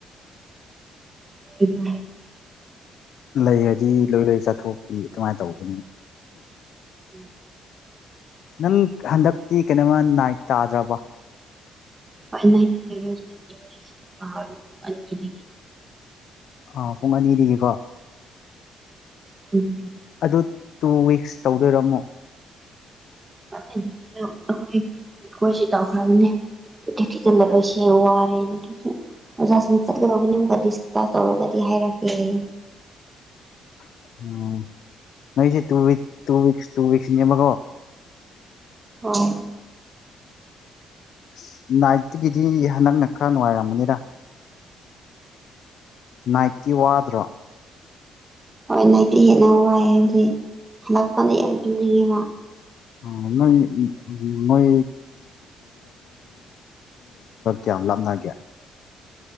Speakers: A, on the right; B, on the left.
A: ꯑꯗꯨ
B: ꯂꯩꯔꯗꯤ ꯂꯣꯏ ꯂꯣꯏ ꯆꯠꯊꯣꯛꯄꯤ ꯑꯗꯨꯃꯥꯏꯅ ꯇꯧꯕꯅꯤꯅ
A: ꯎꯝ
B: ꯅꯪ ꯍꯟꯗꯛꯇꯤ ꯀꯩꯅꯣꯃ ꯅꯥꯏꯠ ꯇꯥꯗ꯭ꯔꯕ
A: ꯄꯅꯥꯇ ꯏ ꯍꯥ
B: ꯑꯥ ꯄꯨꯡ ꯑꯅꯤꯗꯒꯤꯀꯣ
A: <inaudible>
B: ꯑꯗꯨ ꯇꯨ ꯋꯤꯛꯁ ꯇꯧꯗꯣꯏꯔꯝꯃꯣ
A: ꯗ ꯑꯩꯈꯣꯏ ꯈꯣꯏꯁꯤ ꯇꯧꯈ꯭ꯔꯕꯅꯦ ꯄꯩꯁꯦ ꯋꯥꯔꯦꯅ ꯑꯣꯖꯥꯁꯤꯡ ꯆꯠꯀꯗꯧꯕꯅꯤ ꯑꯃꯀ ꯗꯤꯁꯀꯥꯁ ꯇꯧꯔꯒꯗꯤ ꯍꯥꯏꯔꯛꯀꯦꯌꯦ
B: <inaudible> ꯎꯝ ꯅꯣꯏꯁꯦ ꯇꯨꯋꯤꯛ ꯇꯨ ꯋꯤꯛꯁ ꯇꯨ ꯋꯤꯛꯁꯅꯦꯕꯀꯣ
A: ꯍ
B: ꯑꯁ ꯅꯥꯏꯠꯇꯒꯤꯗꯤ ꯍꯟꯗꯛꯅ ꯈꯔ ꯅꯨꯡꯉꯥꯏꯔꯝꯕꯅꯤꯗ ꯅꯥꯏꯠꯇꯤ ꯋꯥꯗ꯭ꯔꯣ
A: ꯍꯣꯏ ꯅꯥꯄꯤ ꯍꯦꯟꯅ ꯋꯥꯏ ꯍꯥꯏꯕꯗꯤ ꯍꯟꯗꯛꯄ ꯀꯥꯟꯗ ꯌꯥꯝ ꯇꯨꯝꯅꯤꯡꯉꯦꯕ
B: ꯌꯗ ꯌꯥꯝ ꯂꯞꯅꯒꯦ